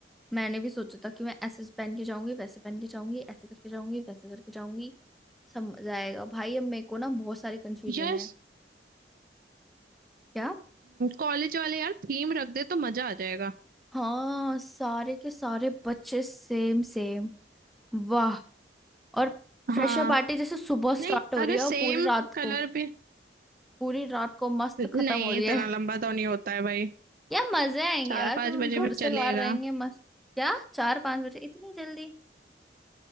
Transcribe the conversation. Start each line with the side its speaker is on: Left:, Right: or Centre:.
Centre: मैंने भी सोचा था कि मैं ऐसे पहन के जाऊंगी वैसे पहन के जाऊंगी ऐसे करके जाऊंगी वैसे करके जाऊंगी समझ आएगा भाई अब मेरे को ना बहुत सारे कंफ्यूजन
Right: यार
Centre: है क्या
Right: कॉलेज वाले यार थीम रख दे तो मजा आ जाएगा
Centre: हाँ सारे के सारे बच्चे सेम सेम वाह और फ्रेशर
Right: हाँ
Centre: पार्टी जैसे सुबह
Right: नहीं
Centre: स्टार्ट हो रही
Right: अगर
Centre: है और
Right: सेम
Centre: पूरी रात को
Right: कलर भी
Centre: पूरी रात को मस्त
Right: नहीं
Centre: खत्म हो रही
Right: इतना
Centre: है
Right: लंबा तो नहीं होता है भाई
Centre: यार मजे आएंगे
Right: चार
Centre: यार
Right: पांच
Centre: तुम
Right: बजे
Centre: घर
Right: भी
Centre: से
Right: चलेगा
Centre: बाहर रहेंगे मस्त क्या चार पांच बजे इतनी जल्दी